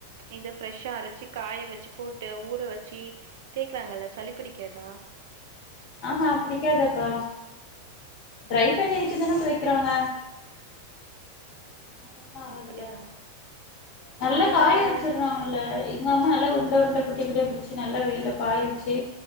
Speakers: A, on the right (about 55°); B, on the left (about 40°).
A: இந்த ஃப்ரெஷ்ஷா அரைச்சு காய வச்சு போட்டு ஊற வச்சி தேய்குறாங்கல சளி பிடிக்காதா
B: ஆ ஹா பிடிக்காது அக்கா டரை
A: அப்டியா
B: பண்ணி வச்சு தான வைக்கிறாங்க அதுல்லா ஒண்ணு ஆகாதுல
A: அப்படியா
B: நல்ல
A: நா என்ன
B: காய
A: பண்ணுவேன்
B: வச்சிருறாங்கல்ல எங்க அம்மா நல்லா உருண்ட உருண்ட குட்டி குட்டியா பிடிச்சி நல்லா வெயில்ல காய வச்சி